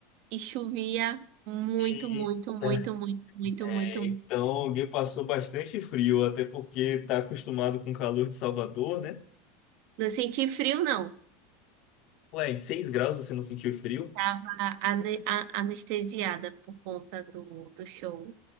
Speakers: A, on the right (about 60°); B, on the left (about 45°).
A: e chovia muito,
B: Eita.
A: muito, muito, muito, muito,
B: É,
A: muito. muito.
B: então, alguém passou bastante frio, até porque tá acostumado com o calor de Salvador, né?
A: Não senti frio, não.
B: Ué, em 6 graus você não sentiu frio?
A: Tava ane- a- anestesiada por conta do, do show.